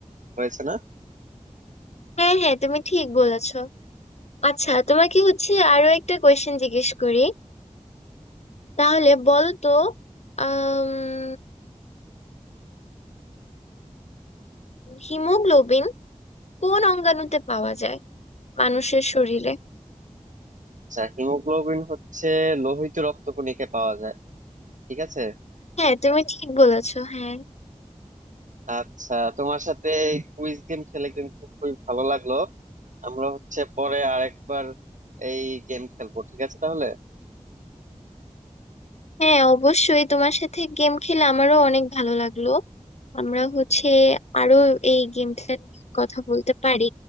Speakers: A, on the right; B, on the left.
A: হয়েছে না
B: হ্যাঁ হ্যাঁ তুমি ঠিক বলেছো আচ্ছা তোমাকে হচ্ছে আরো একটা কোয়েশ্চেন জিজ্ঞেস করি তাহলে বলো তো আহ হিমোগ্লোবিন কোন অঙ্গাণুতে পাওয়া যায় মানুষের শরীরে
A: আচ্ছা হিমোগ্লোবিন হচ্ছে লোহিত রক্তকণিকে পাওয়া যায় ঠিক আছে
B: হ্যাঁ তুমি ঠিক বলেছো হ্যাঁ
A: আচ্ছা তোমার সাথে কুইজ গেম খেলে কিন্তু খুবই ভালো লাগলো আমরা হচ্ছে পরে আরেকবার এই গেম খেলবো ঠিক আছে তাহলে
B: হ্যাঁ অবশ্যই তোমার সাথে গেম খেলে আমারও অনেক ভালো লাগলো আমরা হচ্ছে আরো এই গেমটা নিয়ে কথা বলতে পারি